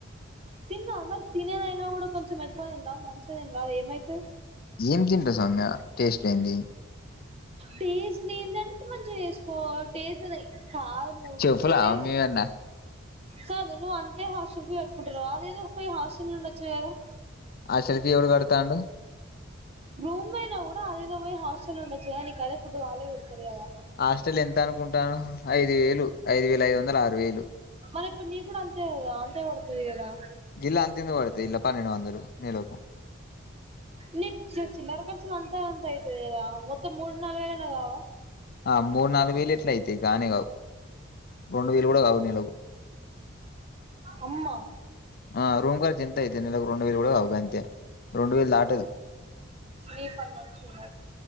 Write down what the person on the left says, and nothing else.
ఏం తింట సౌమ్య టేస్ట్ లేంది
చెప్పులా
మేమన్నా
ఆ చరితి ఎవడు కడతాండూ
హాస్టల్ ఎంత అనుకుంటానవ్ ఐదు వేలు ఐదు వేల ఐదు వందల్ ఆరు వేలు
ఇల్ అంతెందుకు పడతాయ్ ఇల్ పన్నెండు వందలు నెలకు
ఆ మూడు నాలుగు వేలు ఎట్ల అయితాయి గానే కావు రెండు వేలు కూడా కావు నెలకు
ఆ రూమ్ ఖర్చు ఎంతైతాయ్ నెలకు రెండు వేలు గుడా గావు గంతే రెండు వేల్ దాటదు